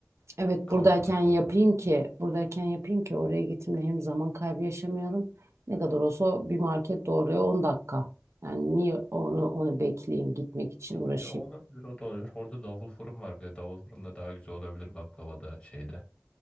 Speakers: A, on the right; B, on the left.
A: Evet
B: Kavururuz
A: buradayken yapayım
B: onu.
A: ki buradayken yapayım ki oraya gittiğimde hem zaman kaybı yaşamayalım. Ne kadar olsa bir market doğruya 10 dakika. Yani niye onu onu bekleyeyim gitmek için uğraşayım.
B: Ya olabilir o da olabilir. Orada davul fırın var bir de. Davul fırında daha güzel olabilir baklavada şeyde.